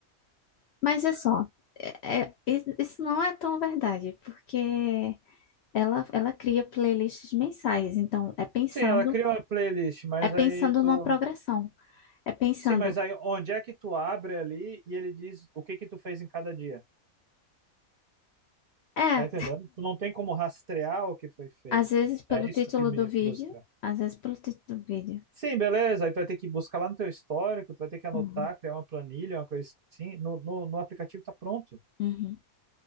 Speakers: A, on the left; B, on the right.
A: Mas é só, é- é- is- isso não é tão verdade, porque ela, ela cria playlists mensais, então é pensando,
B: Sim, ela cria uma playlist, mas
A: é pensando
B: aí tu.
A: numa progressão. É pensando,
B: Sim, mas aí onde é que tu abre ali e ele diz o que que tu fez em cada dia?
A: é,
B: Tá entendendo? Tu não tem como rastrear o que foi feito.
A: às vezes pelo
B: É isso
A: título
B: que me
A: do vídeo,
B: frustra.
A: às vezes pelo título do vídeo.
B: Sim, beleza. Aí tu vai ter que buscar lá no teu histórico, tu vai ter que anotar,
A: Uhum,
B: criar uma planilha, uma coisa assim. No, no, no aplicativo tá pronto.
A: uhum.